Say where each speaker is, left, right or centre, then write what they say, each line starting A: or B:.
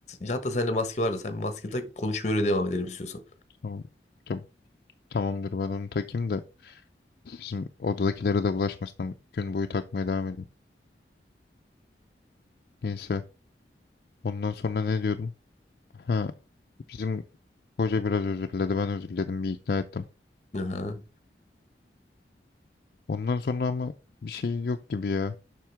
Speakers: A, on the left; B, on the left.
A: Hatta sende maske vardı. Sen bir maske tak konuşmaya öyle devam edelim istiyorsan.
B: tamam. Tam- Tamamdır ben onu takayım da bizim odadakilere de bulaşmasın. Gün boyu takmaya devam edeyim. Neyse. Ondan sonra ne diyordum? Ha, bizim hoca biraz özür diledi. Ben özür diledim. Bir ikna ettim.
A: Aha.
B: Ondan sonra ama bir şey yok gibi ya.